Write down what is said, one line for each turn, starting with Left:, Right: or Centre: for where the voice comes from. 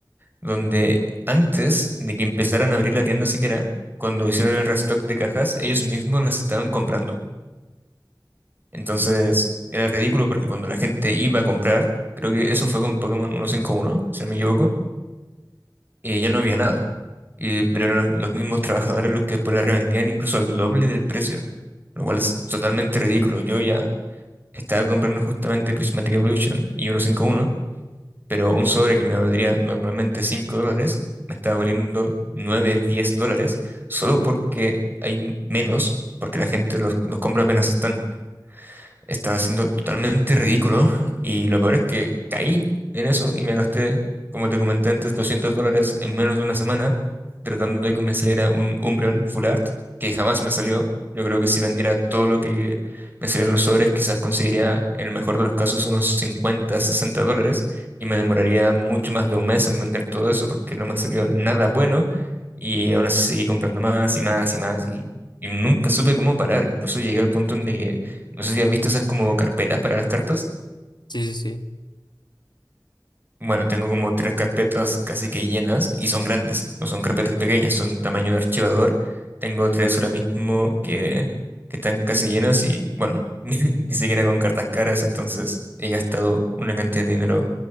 Right: donde antes de que empezaran a abrir la tienda siquiera, cuando hicieron el restock de cajas, ellos mismos las estaban comprando. Entonces era ridículo porque cuando la gente iba a comprar, creo que eso fue con Pokémon uno cinco uno, si no me equivoco, y ya no había nada. Y, pero eran los mismos trabajadores los que después la revendían incluso al doble del precio, lo cual es totalmente ridículo. Yo ya estaba comprando justamente Prismatic Evolution y uno cinco uno pero un sobre que me valdría normalmente 5 dólares, me está valiendo 9 10 dólares, solo porque hay menos, porque la gente los, los compra apenas están. Estaba siendo totalmente ridículo y lo peor es que caí en eso y me gasté, como te comenté antes, 200 dólares en menos de una semana tratando de que me saliera un Umbreon Full Art que jamás me salió. Yo creo que si vendiera todo lo que me salían los sobres, quizás conseguiría, en el mejor de los casos, unos 50 60 dólares y me demoraría mucho más de un mes en vender todo eso porque no me salió nada bueno y aún así seguí comprando más y más y más y, y nunca supe cómo parar. Incluso llegué al punto en de que no sé si has visto esas como carpetas para las cartas.
Left: Sí, sí, sí.
Right: Bueno, tengo como tres carpetas casi que llenas y son grandes, no son carpetas pequeñas, son tamaño de archivador. Tengo tres ahora mismo que, que están casi llenas y bueno, <laughs> ni, ni siquiera con cartas caras, entonces he gastado una cantidad de dinero